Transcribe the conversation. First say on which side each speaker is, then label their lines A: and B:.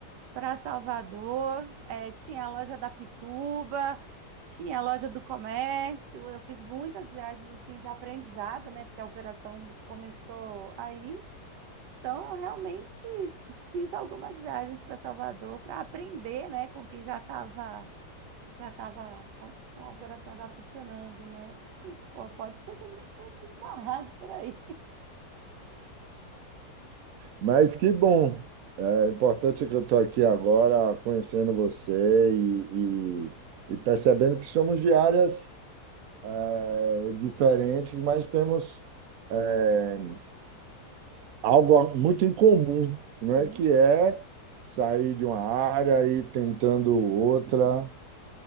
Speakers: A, on the right; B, on the right.
A: para Salvador, eh, tinha a loja da Pituba, tinha a loja do comércio. Eu fiz muitas viagens assim de aprendizado, né? Porque a operação começou aí. Então, eu realmente fiz algumas viagens para Salvador para aprender, né, com quem já estava já estava com, com a operação já funcionando, né? E, pô, pode ser que a gente tenha se esbarrado por aí.
B: Mas que bom! eh, É importante que eu estou aqui agora conhecendo você e, e- e percebendo que somos de áreas, eh, diferentes, mas temos eh, algo muito incomum,
A: <laughs>
B: não
A: Sim,
B: é? Que é sair de uma área e ir tentando outra.